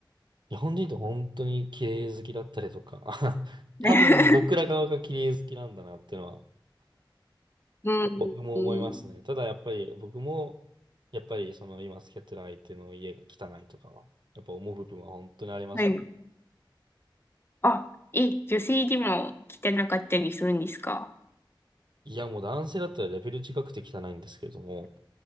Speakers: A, on the right (about 60°); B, on the left (about 25°).
A: 日本人って本当に綺麗好きだったりとか、<laughs>
B: <laughs>
A: 多分僕ら側が綺麗好きなんだなっていうのは
B: うんうん、
A: 僕も思いますね。
B: うん
A: ただやっぱり僕も、やっぱりその今付き合ってる相手の家が汚いとかは、やっぱ思う部分は本当にありますね。
B: はい。あ、え、女性でも汚かったりするんですか
A: いやもう男性だったらレベル違くて汚いんですけれども、